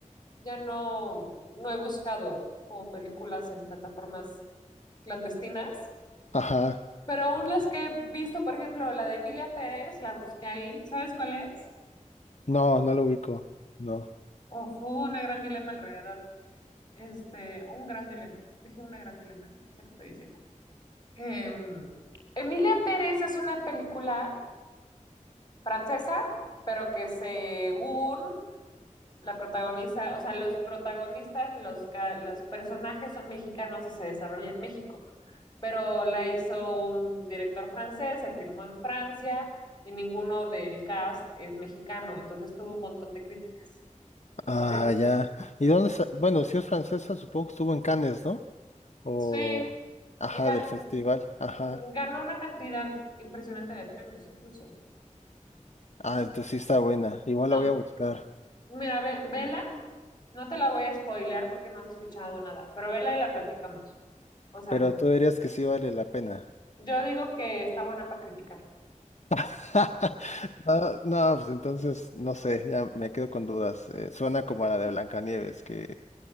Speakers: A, on the left; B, on the left.
A: ya no, no he buscado como películas en plataformas clandestinas,
B: ajá.
A: pero aún las que he visto, por ejemplo, la de Emilia Pérez, la busqué ahí, ¿sabes cuál es?
B: No, no lo ubico. No.
A: Oh, fue un gran dilema alrededor. Este, un gran dilema. Dije una gran dilema, ya no sé qué estoy diciendo. Em, Emilia Pérez es una película francesa, pero que según la protagonista, o sea, los protagonistas, los, ca- los personajes son mexicanos y se desarrolla en México, pero la hizo un director francés, se filmó en Francia y ninguno del cast es mexicano, entonces tuvo un montón de críticas.
B: Ah,
A: Horrible.
B: ya. ¿Y dónde sa- Bueno, si es francesa, supongo que estuvo en Cannes, ¿no? O...
A: Sí,
B: Ajá,
A: y ga-
B: del festival. Ajá.
A: ganó una cantidad impresionante de premios incluso.
B: Ah, entonces sí está buena. Igual
A: No,
B: la voy a buscar.
A: mira, ve, vela, no te la voy a spoilear porque no has escuchado nada, pero vela y la platicamos. O sea,
B: Pero tú dirías que sí vale la pena.
A: Yo digo que está buena para criticar.
B: <laughs> No, no, pues entonces, no sé, ya me quedo con dudas. Eh, suena como a la de Blancanieves, que,